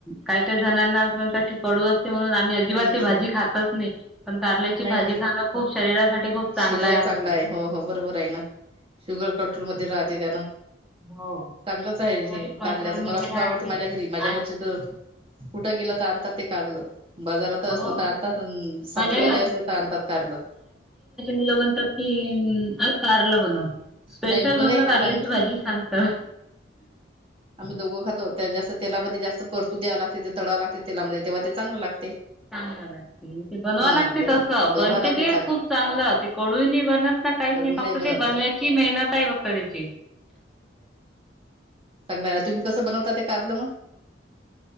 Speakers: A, in the centre; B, on the right.
A: का का जणना अस म्हण क पळू असत म्हणून आम्ही अजिबात
B: नाही नाही
A: भाजी खातच नाही पण कारल्याची
B: नाही
A: भाजी
B: नाही
A: खाण खूप शरीसाठी चांगल असत. खूप चांगलं
B: शरीरात
A: आहे म्हटल
B: चांगला हो हो बरोबर आहे ना शुगर कंट्रोल मध्ये राहते त्यानं
A: हो
B: चांगलंच आहे
A: बॉडी
B: हे
A: कंट्रोल
B: कारल्याचं मला
A: मध्ये
B: खूप
A: राहते
B: आवडते माझ्या घरी माझ्या
A: आणि
B: घरचे तर आवडीने खातात. कुठं गेलं तर आणतात ते कारल बाजारात असलं
A: हो
B: तर आणतात सााती
A: माझ्या
B: मध्ये असलं तर आणतात कारलं
A: मु म्हणतात की कारल बण स्पेशल
B: नाही मुलं
A: मधलं
B: नाही खात
A: कारल्याची
B: आम्ही
A: भाजी सांगत
B: आम्ही दोघं खातो त्यात जास्त तेलामध्ये जास्त परतू द्याव लागते ते तळावा लागते तेलामध्ये तेव्हा ते चांगलं लागते.
A: चांगलं लागते ते बनवा
B: हा
A: लागते
B: बरोबर
A: तसं
B: बनवा
A: बनते
B: लागते
A: ते खूप चांगलं ते कडू नाही बनत. काहीच
B: कडू
A: नाही फक्त
B: बनत.
A: ते बनव्याची मेहनत आहे फक्त त्याची
B: चांगलाय तुम्ही कसं बनवता ते कारल मग.